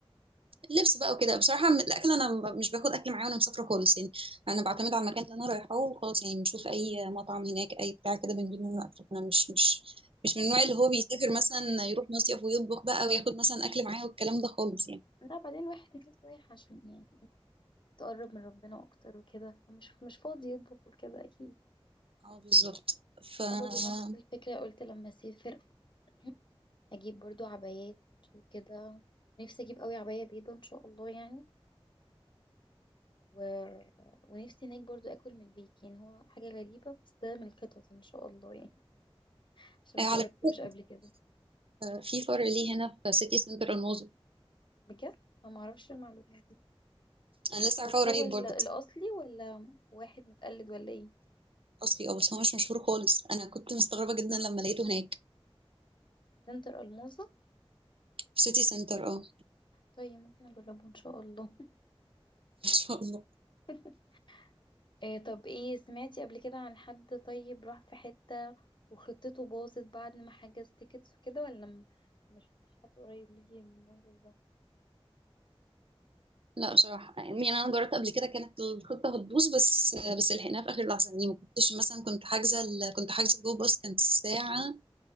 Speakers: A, on the right; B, on the left.
A: اللبس بقى وكده بصراحة م- الأكل أنا ب- مش باخد أكل معايا وأنا مسافرة خالص يعني أنا بعتمد على المكان اللي أنا رايحاه وخلاص يعني بنشوف أي مطعم هناك أي بتاع كده بنجيب منه أكل أنا مش مش مش
B: أنا-
A: من النوع اللي هو بيسافر مثلا يروح مصيف ويطبخ بقى وياخد مثلا أكل معاه والكلام ده خالص يعني
B: لا بعدين واحد نفسه رايح عشان يعني تقرب من ربنا اكتر وكده فمش مش فاضي يطبخ وكده اكيد
A: اه بالظبط ف آه،
B: انا برضو نفس الفكره قلت لما اسافر <clears throat> اجيب برضو عبايات وكده نفسي اجيب قوي عبايه بيضه ان شاء الله يعني و... ونفسي هناك برضو اكل من البيك يعني هو حاجه غريبه بس ده من الخطط ان شاء الله يعني عشان
A: على
B: مجربتوش
A: فكرة
B: قبل كده
A: في فرع ليه هنا في سيتي سنتر الماظة
B: بجد فما اعرفش المعلومه دي
A: أنا لسه عارفاه
B: بس
A: قريب
B: هو ال-
A: برضه
B: الاصلي ولا واحد متقلد ولا ايه
A: أصلي أه بس هو مش مشهور خالص أنا كنت مستغربة جدا لما لقيته هناك
B: سنتر الموزه
A: في سيتي سنتر أه
B: طيب ممكن اجربه ان شاء الله
A: <laughs> إن شاء الله
B: <laughs> إيه طب ايه سمعتي قبل كده عن حد طيب راح في حتة وخطته باظت بعد ما حجز تيكتس وكده ولا م- ما شفتيش حد قريب ليكي من المنظر ده
A: لا بصراحة يعني أنا جربت قبل كده كانت الخطة هتبوظ بس بس لحقناها في آخر لحظة يعني ما كنتش مثلا كنت حاجزة ال- كنت حاجزة جو باص كانت الساعة